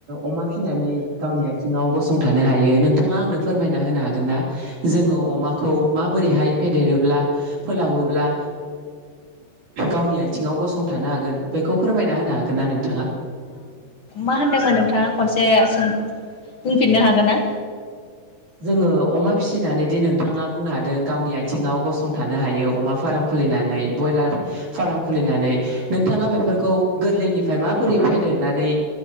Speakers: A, on the right; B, on the left.
A: अमा फिसिनानै गावनि आथि आङाव गसंथानो हायो नोंथाङा आंनो फोरमायना होनो हागोन ना जोङो अमाखौ मा बोरैहाय फेदेरोब्ला फोलावोब्ला गावनि आथिङाव गसंथ थानो हागोन बेखौ फोरमाय होना हागोनना नोंथाङा?
B: मा होनदोंमोन नोंथाङा खनसे सों बुंफिननो हागोन ना?
A: जोङो अमा फिसिनानै दि नोंथाङा बुंनो हादों गावनि आथिङाव गसंथानो हायो अमा फार्म खुलिनानै ब्रयलार फार्म खुलिनानै नोंथाङा बेफोरखौ गोरलैनिफ्राय माबोरै फेदेरनानै